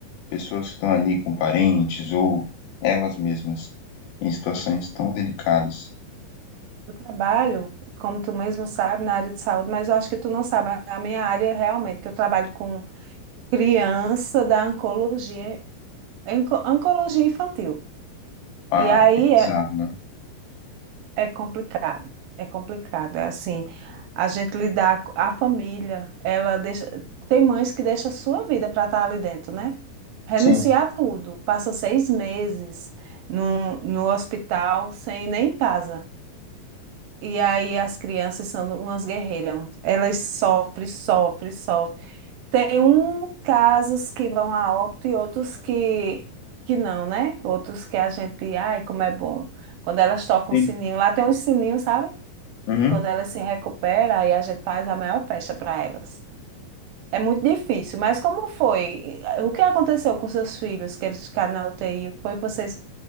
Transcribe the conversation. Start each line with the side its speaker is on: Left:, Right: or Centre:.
Left: pessoas que estão ali com parentes ou elas mesmas em situações tão delicadas.
Right: Eu trabalho, como tu mesmo sabe, na área de saúde, mas eu acho que tu não sabe a minha área realmente, que eu trabalho com criança da oncologia, onco- oncologia infantil.
Left: Uau,
Right: E aí,
Left: que
Right: é,
Left: bizarro, né?
Right: É complicado, é complicado. É assim, a gente lidar com a família, ela deixa, tem mães que deixam a sua vida para estar ali dentro, né? Renunciar
Left: Sim,
Right: a tudo, passa seis meses no, no hospital sem nem casa. E aí as crianças são umas guerreiras, elas sofrem, sofrem, sofrem. Tem uns casos que vão a óbito e outros que, que não, né? Outros que a gente, ai, como é bom. Quando elas tocam
Left: sim.
Right: o sininho, lá tem uns sininhos, sabe?
Left: Uhum.
Right: que quando elas se recuperam, aí a gente faz a maior festa para elas. É muito difícil, mas como foi? O que aconteceu com seus filhos, que eles ficaram na UTI? O que foi que vocês